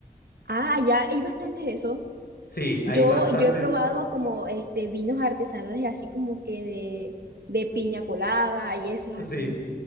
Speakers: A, on the right; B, on the left.
A: Ah, ya hay bastantes de eso.
B: Sí,
A: Yo,
B: hay bastantes.
A: yo he probado como este vinos artesanales así como que de, de piña colada y eso es
B: Sí.
A: así.